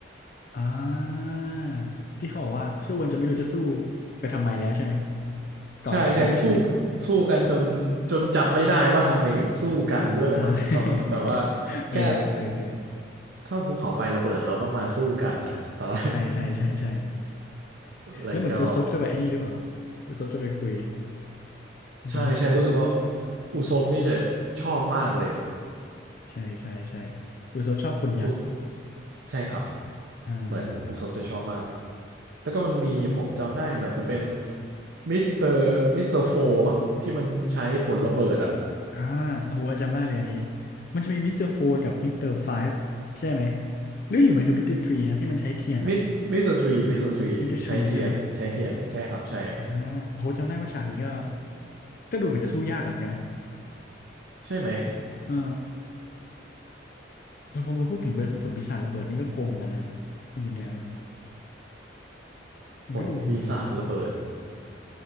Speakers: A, on the left; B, on the right.
A: อ่าที่เขาบอกว่าสู้กันจนไม่รู้จะสู้ไปทำไมแล้วใช่ไหมก่อให้นักรบใช่ไหม
B: ใช่ใช่สู้สู้กันจนจนจำไม่ได้ว่าทำไมถึงสู้กันด้วยเลยมั้งตอนนั้นแบบว่า
A: อ่า <laughs>
B: แค่
A: เออเออเออ
B: เท่าภูเขาไฟระเบิดเราต้องมาสู้กันอ่ะตอนนั้น
A: ใช่ใช่ใช่ใช่
B: <laughs> แล้วก็
A: แล้วเหมือนอุซบจะไปไอ้นี่หรือเปล่าอุซบจะไปคุย
B: ใช่ใช่รู้สึกว่า
A: จำไม่ผิด
B: อุซบนี่จะชอบมากเลย
A: ใช่ใช่ใช่อุซบชอบขนยักษ์
B: อุใช่ครับ
A: อ่าอ่าอ่า
B: เหมือนอุศบจะชอบมากแล้วก็มันมีผมจำได้เหมือนจะเป็นมิสเตอร์มิสเตอร์โฟมั้งที่มันใช้ผลระเบิดอะ
A: อ่าโอ้โหจำได้เลยอันนี้มันจะมีมิสเตอร์โฟกับมิสเตอร์ไฟฟ์ใช่ไหมหรือหรือมันคือมิสเตอร์ทรีนะที่มันใช้เทียนอ่ะ
B: มิสมิสเตอร์ทรีมิสเตอร์ทรีใช้เทียนใช้เทียนใช่ครับใช่
A: มิสเตอร์ทรีใช่ไหมอ่าโอ้โหจำได้ว่าฉากนี้ก็ก็ดูเหมือนจะสู้ยากเหมือนกันนะ
B: ใช่ไหม
A: เออเออพอมาพูดถึงเบิร์ดส่วนปีศาจระเบิดนี่ก็โกงเหมือนกันนะจริงๆแล้วเนี่ยมันก็ดูโหดอยู่นะ
B: ผลปีศาจระเบิด